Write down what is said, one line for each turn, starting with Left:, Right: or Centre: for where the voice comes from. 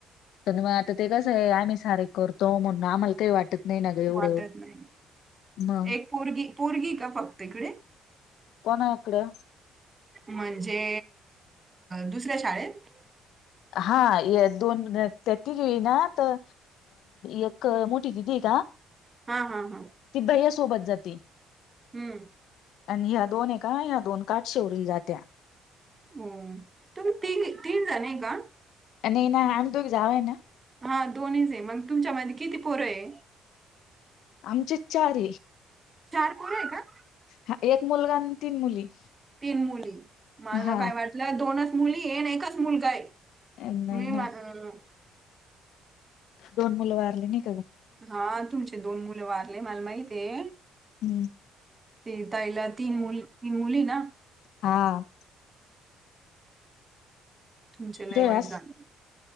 Left: प मग आता ते कसं आहे आम्ही सारे करतो म्हणून आम्हाला काही वाटत नाही ना ग एवढं
Right: वाटत नाही.
Left: मग
Right: एक पोरगी पोरगी का फक्त इकडे
Left: कोणा इकडे
Right: म्हणजे दुसऱ्या शाळेत
Left: हा दोन त्या ती घई ना तर एक मोठी दि ती का.
Right: हा हा हा.
Left: ती भैया सोबत जाते.
Right: हम्म!
Left: आणि ह्या दोन आहे का ह्या दोन काठ शेवररील जात्या.
Right: होम तुम त तीन जाणे का.
Left: आणि एना आम तो जावे ना.
Right: हा दोनहीच आहे मग तुमच्या मध्ये किती पोरं आहे.
Left: आमचे चार.
Right: चार पोर आहे का?
Left: हा एक मुलगा आणि तीन मुली.
Right: तीन मुली मला
Left: हा
Right: काय वाटलं दोनच मुली येन एकच मुलगा आहे.
Left: नाही
Right: मी म
Left: ना
Right: अं.
Left: दोन मुलं वारली नि.
Right: हा तुमचे दोन मुलं वारले मला माहित आहे.
Left: हम्म!
Right: ते ताईला तीन मुल तीन मुली ना.
Left: हा.
Right: तुमचे लय
Left: दे
Right: वाईट
Left: यास
Right: झाले.